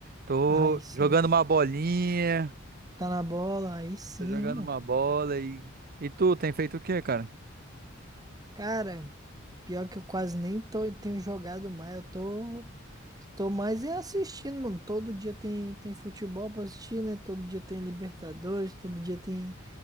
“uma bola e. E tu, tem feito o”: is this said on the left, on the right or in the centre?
Right